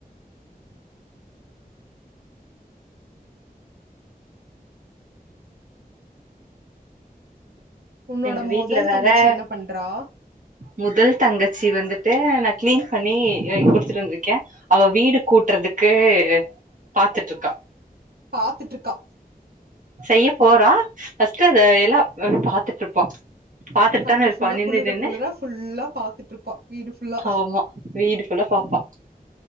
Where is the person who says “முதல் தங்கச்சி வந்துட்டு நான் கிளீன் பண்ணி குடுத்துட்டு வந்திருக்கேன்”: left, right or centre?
Right